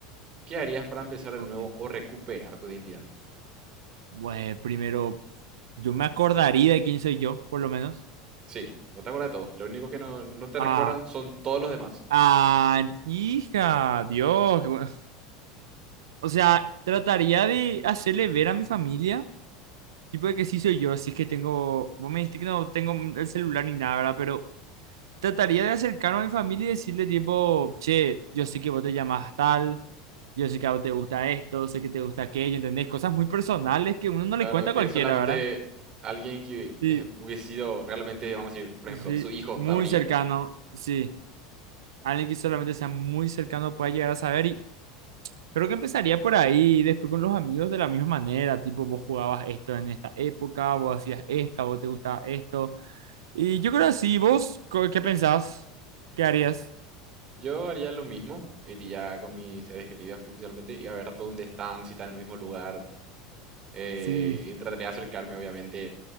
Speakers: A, on the right (about 40°); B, on the right (about 90°).
A: ¿Qué harías para empezar de
B: ok.
A: nuevo o recuperar tu identidad?
B: Bueno, primero, yo me acordaría de quién soy yo, por lo menos.
A: Sí, vos te acuerdas de todos. Lo único que no, no te
B: Ah,
A: recuerdan son todos los demás.
B: ah, hija, Dios. qué bueno. O sea, trataría de hacerle ver a mi familia, tipo de que sí soy yo, así que tengo, vos me dijiste que no tengo el celular ni nada, ¿verdad? Pero trataría de acercarme a mi familia y decirle tipo, che, yo sé que vos te llamás tal, yo sé que a vos te gusta esto, sé que te gusta aquello, ¿entendés? Cosas muy personales que uno no
A: Claro,
B: le cuenta
A: que
B: a cualquiera,
A: solamente
B: ¿verdad?
A: alguien que
B: Sí,
A: eh, hubiese sido realmente, vamos a decir, por ejemplo,
B: sí,
A: su hijo
B: muy
A: sabría.
B: cercano, sí. Alguien que solamente sea muy cercano pueda llegar a saber y creo que empezaría por ahí y después con los amigos de la misma manera, tipo, vos jugabas esto en esta época, vos hacías esta, vos te gustaba esto. Y yo creo así, ¿vos co- qué pensás? ¿Qué harías?
A: Yo haría lo mismo, iría con mis seres queridos principalmente, iba a ver hasta dónde están, si están en el mismo lugar, eh,
B: Sí,
A: y trataría de acercarme, obviamente,